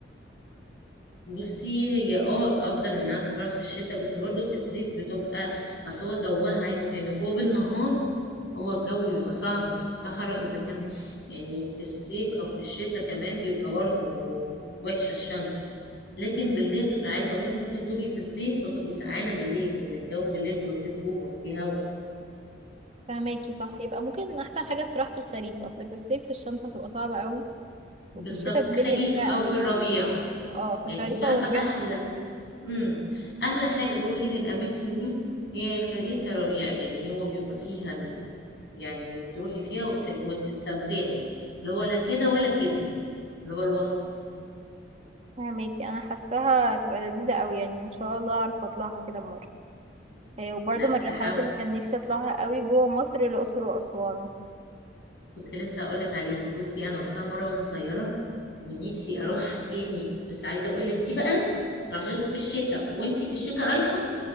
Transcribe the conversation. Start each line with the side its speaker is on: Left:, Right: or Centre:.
Left: بصي هي اه الافضل انها تروح في الشتاء بس برضو في الصيف بتبقى اصل هو جوها عايزة افهمك هو بالنهار هو الجو بيبقى صعب في الصحراء اذا كان يعني في الصيف او في الشتاء كمان بيبقى برضو وحشة الشمس لكن بالليل عايزه اقول لك ممكن تبقي في الصيف وتبقي سقعانه بالليل لان الجو بالليل بيبقى فيه رطوبه فيه هوا
Right: فهماكي صح يبقى ممكن احسن حاجة تتراح في الخريف اصل في الصيف الشمس هتبقى صعبة قوي
Left: بالظبط
Right: وفي الشتاء بالليل
Left: خريف
Right: هيبقى ساقع
Left: او
Right: قوي
Left: في
Right: برضه
Left: الربيع
Right: اه فخريفة
Left: يعني انت عارفه
Right: وربيع
Left: احلى
Right: هتبقى لطيفة
Left: امم احلى حاجه تروحي للاماكن دي هي خريف يا ربيع يعني هو بيبقى فيها ال... يعني انك تروحي فيها وت... وتستمتعي اللي هو لا كده ولا كده اللي هو الوسط
Right: فهماكي انا حاساها هتبقى لذيذة قوي يعني ان شاء الله اعرف اطلعها كده مرة هي وبرضه
Left: لا
Right: من الرحلات
Left: حاول
Right: اللي كان نفسي اطلعها قوي جوه مصر الاقصر واسوان
Left: كنت لسه هقول لك عليها بصي انا رحتها مره وانا صغيره ونفسي اروحها <laughs> تاني بس عايزه اقول لك دي بقى راح في الشتاء وانت في الشتاء رايحه